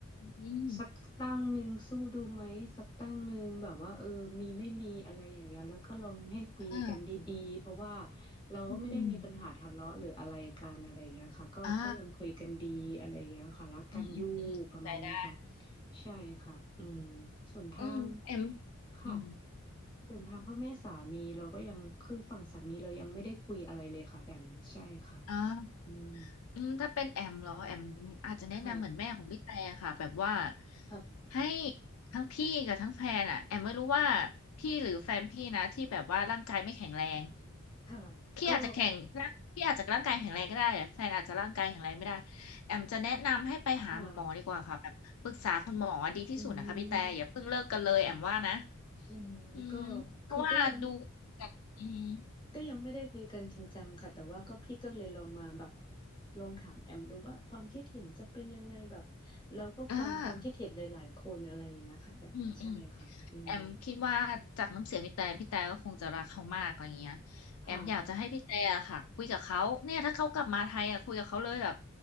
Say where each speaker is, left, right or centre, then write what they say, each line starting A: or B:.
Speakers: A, on the left; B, on the left.
A: อืม
B: สักตั้งหนึ่งสู้ดูไหมสักตั้งหนึ่งแบบว่าเออมีไม่มีอะไรอย่างเงี้ยแล้วก็ลองให้คุยกันดีๆเพราะว่า
A: อ่า
B: เราก็ไม่ได้มีปัญหาทะเลาะหรืออะไรกันอะไรอย่างเงี้ยค่ะก็ก็ยังคุยกันดีอะไรอย่างเงี้ยค่ะรักกันอยู่ประมาณเนี้ยค่ะ
A: อืมอ่าอืมอืมอืมใจได้
B: ใช่ค่ะอืมส่วนทาง
A: อืมแอม
B: ค่ะ
A: อืม
B: ส่วนทางพ่อแม่สามีเราก็ยังคือฝั่งสามีเรายังไม่ได้คุยอะไรเลยค่ะแอมใช่ค่ะ
A: อ่า
B: อืม
A: อืมถ้าเป็นแอมเหรอแอมอาจจะแนะนำเหมือนแม่ของพี่แต่ค่ะแบบว่า
B: ค่ะค่ะ
A: ให้ทั้งพี่กับทั้งแฟนอ่ะแอมไม่รู้ว่าพี่หรือแฟนพี่นะที่แบบว่าร่างกายไม่แข็งแรง
B: ค่ะก็
A: พี่อาจจะแข็งร่างพี่อาจจะร่างกายแข็งแรงก็ได้อะแฟนอาจจะร่างกายแข็งแรงไม่ได้แอมจะแนะนำให้ไปหาหมอดีกว่าค่ะแบบปรึกษาคุณหมอดีที่สุดนะคะพี่แต่อย่าเพิ่งเลิกกันเลยแอมว่านะ
B: ค่ะอืมค่ะอืมก็
A: อืมเพราะว่าดู
B: คือก็ยัง
A: จากอืม
B: ก็ยังไม่ได้คุยกันจริงจังค่ะแต่ว่าก็พี่ก็เลยลองมาแบบลองถามแอมดูว่าความคิดเห็นจะเป็นยังไงแบบเราก็ฟังความคิดเห็นหลายๆคนอะไรอย่างเงี้ยค่ะแอมใช่ค่ะอืม
A: อ่าอืมอืมแอมคิดว่าจากน้ำเสียงพี่แต่พี่แต่ก็คงจะรักเขามากอะไรเงี้ยแอมอยากจะให้พี่แต่อะค่ะคุยกับเขาเนี่ยถ้าเขากลับมาไทยอ่ะคุยกับเขาเลยแบบ
B: ค่ะ